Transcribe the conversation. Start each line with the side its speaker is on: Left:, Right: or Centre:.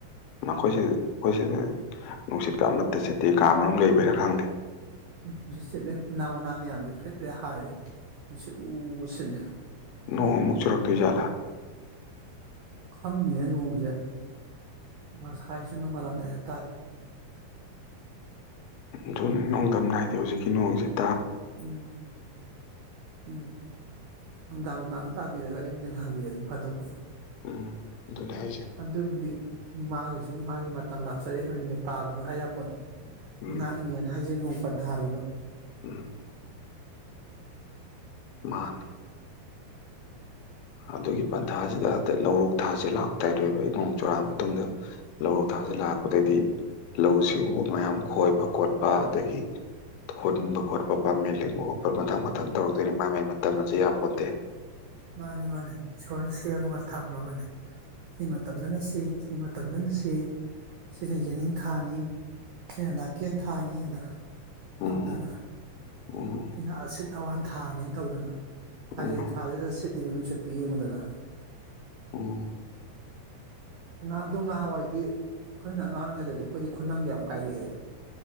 Left: ꯅꯈꯣꯏꯁꯤ ꯑꯩꯈꯣꯏꯁꯤꯗ ꯅꯨꯡꯁꯤꯠꯀ ꯑꯃꯠꯇ ꯆꯠꯇꯦ ꯀꯥ ꯃꯔꯨꯝ ꯂꯩꯕꯤꯔ ꯈꯪꯗꯦ
Right: ꯎꯝꯠ ꯁꯤꯠꯂꯦ ꯎꯅꯥ ꯎꯅꯥ ꯃꯌꯥꯝꯁꯦ ꯐꯔꯦꯠ ꯐꯔꯦꯠ ꯍꯥꯏꯔꯦ ꯎ ꯁꯤꯠꯂ ꯁꯤꯠꯂꯦ
Left: ꯅꯣꯡꯃꯨꯛ ꯆꯨꯔꯛꯗ ꯂꯥ
Right: ꯈꯪꯉꯦ ꯅꯣꯡꯁꯦ ꯉꯁꯥꯏꯁꯨ ꯅꯣꯡꯉꯥꯜꯂꯝꯗꯥꯏꯗ ꯇꯥꯏ
Left: ꯑꯗꯨꯨ ꯅꯣꯡꯗꯝ ꯅꯥꯏꯗꯦ ꯍꯧꯖꯤꯛꯀꯤ ꯅꯣꯡꯁꯤꯦ
Right: ꯎꯝ ꯎꯝ ꯅꯨꯡꯗꯥꯡ ꯅꯨꯡꯗꯥꯡ ꯇꯥꯕꯤꯔꯒ ꯑꯩꯕꯨꯅꯦꯅ ꯍꯥꯡꯕꯤꯔꯗꯤ ꯐꯗꯧꯕ
Left: ꯎꯝ ꯑꯗꯨꯅꯦ ꯍꯥꯏꯁꯦ
Right: ꯑꯗꯨꯕꯨꯗꯤ ꯃꯥꯒꯤꯁꯨ ꯃꯥꯒꯤ ꯃ ꯃꯇꯝ ꯂꯥꯛꯆꯔꯤꯕꯅꯤꯅꯦ ꯇꯥꯒꯅꯨ ꯑꯌꯥ
Left: ꯎꯝ
Right: ꯉꯥꯛꯏꯉꯦꯅ ꯍꯥꯏꯖꯅꯨ ꯄꯊꯥꯗꯤꯃ
Left: ꯎꯝ ꯃꯥꯅꯦ ꯑꯗꯨꯒꯤ ꯄꯟꯊꯥꯁꯤꯗ ꯂꯧꯔꯣꯛ ꯊꯥꯁ ꯂꯥꯛꯇꯔꯣꯏꯕ ꯅꯣꯡ ꯆꯨꯔꯥꯑ ꯃꯇꯨꯡꯗ ꯂꯧꯔꯣꯛ ꯊꯥꯁꯦ ꯂꯥꯛꯄꯗꯗꯤ ꯂꯧꯎ ꯁꯤꯡꯎꯕ ꯃꯌꯥꯝ ꯈꯣꯏꯕ ꯈꯣꯠꯄ ꯑꯗꯒꯤ ꯍꯨꯟꯕ ꯈꯣꯠꯄ ꯄꯥꯝꯃꯦꯟ ꯂꯤꯡꯕ ꯈꯣꯠꯄ ꯃꯊꯪ ꯃꯊꯪ ꯇꯧꯔꯛꯇꯣꯏꯅꯤ ꯃꯥꯏ ꯃꯥꯏ ꯃꯇꯝ ꯑ ꯌꯥꯝꯄꯣꯟꯠꯇꯦ
Right: ꯃꯥꯅꯦ ꯃꯥꯅꯦ ꯏꯁꯣꯔꯅ ꯁꯦꯝꯃꯒ ꯊꯝꯃꯕꯅꯦ ꯁꯤꯃ ꯃꯇꯝꯗꯅ ꯁꯤ ꯁꯤ ꯃꯇꯝꯗꯅ ꯁꯤ ꯁꯤꯅ ꯌꯦꯅꯤꯡꯊꯥꯅꯤ ꯁꯤꯅ ꯅꯥꯀꯦꯟ ꯊꯥꯅꯤꯅ
Left: ꯎꯝ
Right: ꯇꯧꯗꯅ
Left: ꯎꯝ
Right: ꯁꯤꯅꯁꯦ ꯑꯋꯥꯟ ꯊꯥꯅꯦꯅ ꯇꯧꯗꯅ ꯐꯥꯏꯗꯤꯦꯟ
Left: ꯎꯝ
Right: ꯊꯥꯖꯦꯗ ꯁꯦꯠꯂꯤꯕ ꯅꯨꯡꯁꯠꯇꯨ ꯌꯦꯡꯉꯨꯗꯅ
Left: ꯑꯣ
Right: ꯉꯥ ꯑꯗꯨ ꯉꯍꯥꯟꯋꯥꯏꯗꯤ ꯑꯩꯈꯣꯏꯅ ꯉꯉꯥꯡ ꯑꯣꯏꯔꯤꯉꯩꯗꯗꯤ ꯑꯩꯈꯣꯏꯗꯤ ꯈꯨꯅꯝꯒ ꯌꯥꯝ ꯀꯥꯏꯔꯛꯑꯦ